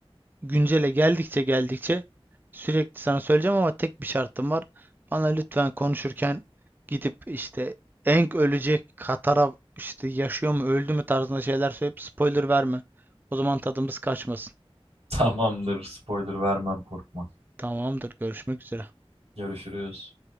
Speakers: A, on the right; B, on the right.
A: güncele geldikçe geldikçe sürekli sana söyleyeceğim ama tek bir şartım var. Bana lütfen konuşurken gidip işte Aang ölecek Katara işte yaşıyor mu öldü mü tarzında şeyler söyleyip spoiler verme. O zaman tadımız kaçmasın.
B: <laughs> Tamamdır spoiler vermem korkma.
A: Tamamdır görüşmek üzere.
B: Görüşürüz.